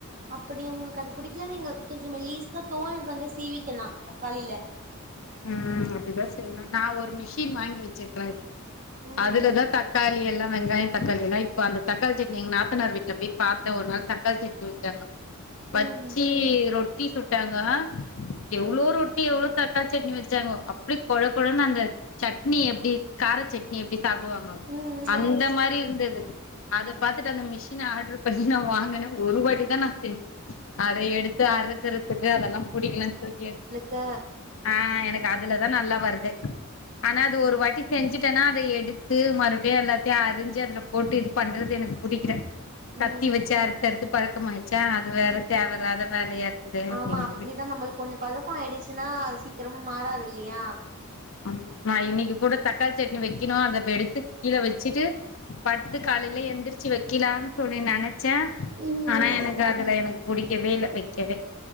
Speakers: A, on the right; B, on the left.
A: அப்டி உங்களுக்கு அது பிடிக்கலன்னா நீங்க கொஞ்சோ மெலீஸ்ஸா தோல் வந்து சீவிக்கலா தக்காளில
B: ம் அப்டிதா செய்யணு நா ஒரு மிஷின் வாங்கி வச்சிருக்கிறே இப்போ
A: ம்
B: அதுலதா தக் தக்காளியெல்லா வெங்காயோ தக்காளி எல்லா இப்ப அந்த தக்காளி சட்னி எங்க நாத்தனார் வீட்ல போய் பாத்தே ஒரு நாள் தக்காளி சட்னி வச்சாங்க வச்சி
A: ம்
B: ரொட்டி சுட்டாங்க எவ்ளோ ரொட்டி எவ்ளோ தக் காளி சட்னி வச்சாங்கோ அப்டியே கொழ கொழன்னு அந்த சட்னி எப்டி கார சட்னி எப்டி சாப்டுவாங்கோ
A: ம் ம்
B: அந்த மாரி இருந்தது அத பாத்துட்டு அந்த மிஷின ஆட்ரு பண்ணி நா வாங்குனே ஒரு வாட்டி தா நா செஞ்சே அத எடுத்து அறுக்குறதுக்கு அதெல்லா பிடிக்கலன்னு தூக்கி
A: க்க
B: ஆ எனக்கு அதுலதா நல்லா வருதே ஆனா அது ஒரு
A: ம்
B: வாட்டி செஞ்சிட்டேன்னா அத எடுத்து மறுபடியு எல்லாத்தையு அரிஞ்சி அதுல போட்டு இது பண்றது எனக்கு புடிக்ல கத்தி
A: ம்
B: வச்சி அறுத்து அறுத்து பழக்கமாய்ச்சா அது வேற
A: ம்
B: தேவ இல்லாத வேலையா இருக்குதே அப்டின்ட்டு
A: ஆமா அப்டிதா
B: விட்டு
A: நம்மளுக்கு கொஞ்சோ பழக்கோ ஆய்டுச்சின்னா அது சீக்கிரமா மாறாது இல்லையா
B: ம் நா இன்னக்கி கூட தக்காளி சட்னி வைக்கணு அத இப்ப எடுத்து கீழ வச்சிட்டு படுத்து காலேல எந்திரிச்சி வைக்கலான்னு சொல்லி நெனச் சே
A: ம் ம்
B: ஆனா எனக்கு அதுல எனக்கு பிடிக் கவே இல்ல வைக்கவே